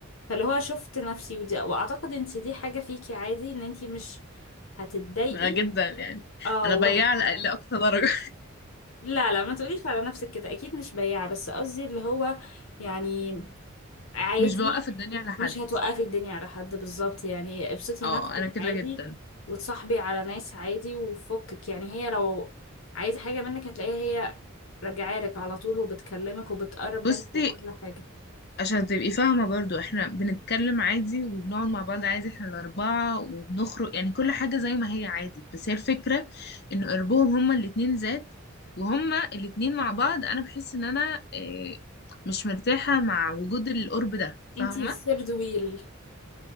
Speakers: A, on the left; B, on the left.
A: فاللي هو شفت نفسي ودي واعتقد انت دي حاجة فيكي عادي ان انت مش هتتضايقي
B: أنا جدا يعني
A: اه
B: انا بياع
A: وه-
B: لأ- لأقصى درجة
A: لا لا ما تقوليش على نفسك كده اكيد مش بياعة بس قصدي اللي هو يعني
B: <laughs>
A: عادي
B: مش بوقف الدنيا على حد
A: مش هتوقفي الدنيا على حد بالظبط يعني ابسطي
B: اه
A: نفسك
B: انا كده
A: عادي
B: جدا
A: وتصاحبي على ناس عادي وفكك يعني هي لو عايزة حاجة منك هتلاقيها هي راجعة لك على طول وبتكلمك وبتقرب منك
B: بصي
A: وكل حاجة
B: عشان تبقي فاهمة برضو احنا بنتكلم عادي وبنقعد مع بعض عادي احنا الأربعة وبنخرج يعني كل حاجة زي ما هي عادي بس هي الفكرة ان قربهم هما الاتنين ذات وهما الاتنين مع بعض انا بحس ان انا اه، مش مرتاحة مع وجود القرب ده فاهمة
A: انتي الثيرد ويل